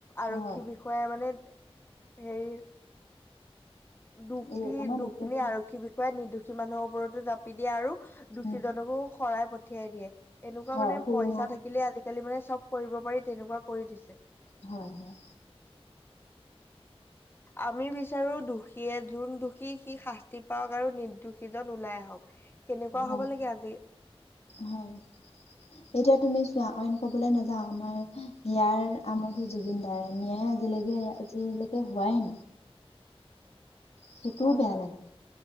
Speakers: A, on the left; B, on the left.
A: আৰক্ষী
B: হয়
A: বিষয়াই মানে সেই দুখ,
B: এই
A: দি,
B: আমাৰ
A: দুখখিনি
B: দুখীয়া জনী
A: আৰক্ষী বিষয় নিৰ্দোষী মানুহৰ ওপৰতো জাপি দিয়ে আৰু। দুষীজনকো
B: উম
A: শৰাই পঠিয়াই দিয়ে, এনেকুৱা
B: হয়
A: মানে
B: সুৰুঙা
A: পইচা থাকিলে আজাল আজিকালি মানে চব কৰিব পাৰি, তেনেকুৱা কৰি দিছে।
B: হয়, হয়।
A: আমি বিচাৰো দোষীয়ে, যোন দোষী সি শাস্তি পাও। আৰু নিৰ্দোষীজন ওলাই আহক সেনেকুৱা
B: হয়
A: হ'ব লাগে আজি।
B: হয়। এতিয়া তুমি চোৱা অইন কবলৈ নাযাও আমাৰ <unintelligible> আমৰঠো জুবিন দাৰ নিয়াই আজিলৈকে। আজিলৈকে হোৱাই নাই। সেইটোও
A: হয়
B: বেয়া
A: হয়,
B: লাগে